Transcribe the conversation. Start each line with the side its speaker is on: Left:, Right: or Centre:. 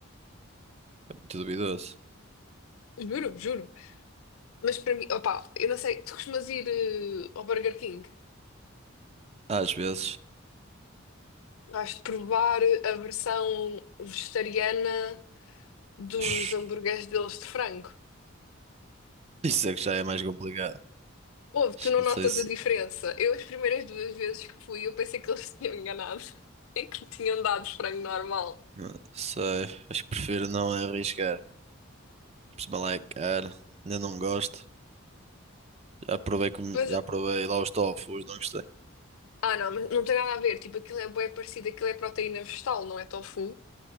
Right: muito duvidoso.
Left: Juro, juro. Mas para mim, opá, eu não sei, tu costumas ir eh, ao Burger King?
Right: Às vezes.
Left: Acho de provar a versão vegetariana dos
Right: <laughs>
Left: hambúrgueres deles de frango.
Right: Isso é que já é mais complicado.
Left: Ouve, tu não
Right: Não
Left: notas
Right: sei se.
Left: a diferença? Eu, as primeiras duas vezes que fui, eu pensei que eles <laughs> se tinham enganado <laughs> e que me tinham dado frango normal.
Right: Não sei. Acho que prefiro não arriscar. Pessoal é caro, ainda não gosto. Já provei, com,
Left: Mas,
Right: já provei lá os tofus, não gostei.
Left: ah não, mas não tem nada a ver. Tipo, aquilo é bué parecido, aquilo é proteína vegetal, não é tofu,